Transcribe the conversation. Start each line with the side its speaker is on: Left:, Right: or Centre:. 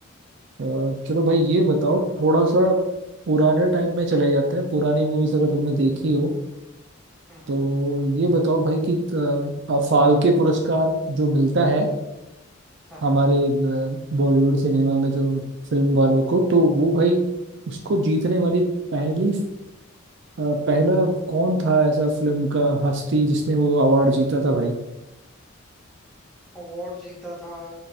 Right: अ, चलो भाई ये बताओ थोड़ा सा पुराने टाइम में चले जाते हैं पुरानी मूवीज अगर तुमने देखी हो
Centre: हम्म
Right: तो
Centre: हम्म,
Right: ये बताओ भाई कि अ, फाल्के पुरस्कार जो मिलता है
Centre: हाँ हाँ
Right: हमारे अ, बॉलीवुड सिनेमा में जो फिल्म वालों को तो वो भाई उसको जीतने वाली पहली अ, पहला कौन था ऐसा फिल्म का हस्ती जिसने वो अवार्ड जीता था भाई
Centre: अवार्ड जीता था